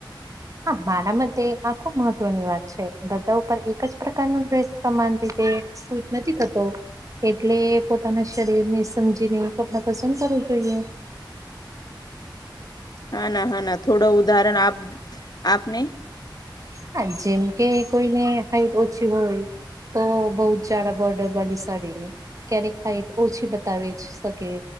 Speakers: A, on the right (about 40°); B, on the left (about 55°).
A: હા, મારા માટે આ ખુબ મહત્વની વાત છે. બધા ઉપર એક જ પ્રકારનો ડ્રેસ સમાન રીતે સૂટ નથી થતો. એટલે પોતાના શરીર ને સમજીને કપડાં પસંદ કરવું જોઈએ.
B: હા ના હા ના થોડો ઉદાહરણ આપ આપને
A: હા, જેમકે કોઈને હાઈટ ઓછી હોય તો બોવ જારા બોર્ડર વાળી સાડી. ક્યારેક હાઈટ ઓછી બતાવી શકે.